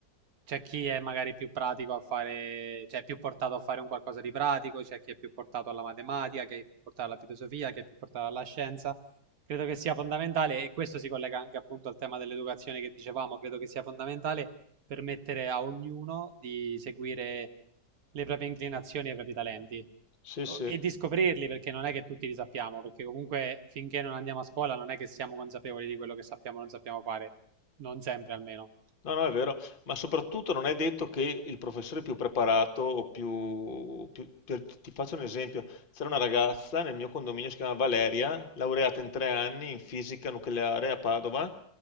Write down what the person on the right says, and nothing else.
C'è chi è magari più pratico a fare, cioè più portato a fare un qualcosa di pratico, c'è chi è più portato alla matematica, chi è più portato alla filosofia, chi è più portato alla scienza. Credo che sia fondamentale, e questo si collega anche appunto al tema dell'educazione che dicevamo, credo che sia fondamentale permettere a ognuno di seguire le proprie inclinazioni e i propri talenti
o- e di scoprirli perché non è che tutti li sappiamo, perché comunque finché non andiamo a scuola non è che siamo consapevoli di quello che sappiamo o non sappiamo fare, non sempre almeno.